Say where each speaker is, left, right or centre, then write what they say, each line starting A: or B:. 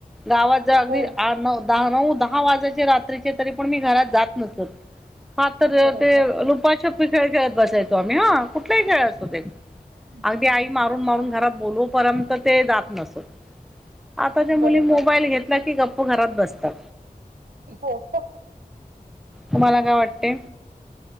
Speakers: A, in the centre; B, on the right (about 65°).
A: गावाच्या अगदी
B: हो
A: आठ, नऊ, दहा, नऊ दहा वाजाचे रात्रीचे तरी पण मी घरात जात नसत हा तर
B: बरोबर
A: ते लुपाछु छपी चे खेळ खेळत बसायचो आम्ही, ह कुठलाही खेळ असू दे,
B: हम्म
A: अगदी आई मारून-मारून घरात बोलाऊपर्यंत पर्यंत ते जात नसत आताच्या मुली
B: बरोबर
A: मोबाईल घेतला की फक्त घरात बसतात.
B: हो फक्त
A: तुम्हाला काय वाटते?